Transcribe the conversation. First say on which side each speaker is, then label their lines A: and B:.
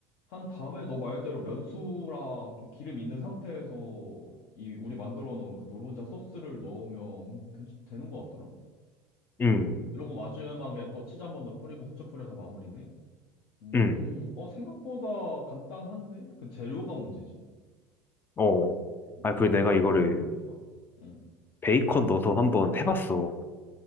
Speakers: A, on the left (about 65°); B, on the left (about 25°).
A: 한 다음에 너 말대로 면수랑 좀 기름 있는 상태에서 이 우리 만들어 놓은 그 노른자 소스를 넣으면 괜찮 되는 것 같더라.
B: 음,
A: 이러고 마지막에 또 치즈 한 번 더 뿌리고 후추 뿌려서 마무리네. 음,
B: 음.
A: 어 생각보다 간단한데? 그 재료가 문제지.
B: 어.
A: 음,
B: 아, 그리고
A: 해먹으면
B: 내가 이거를
A: 하겠다. 응,
B: 베이컨 넣어서 한번 해봤어.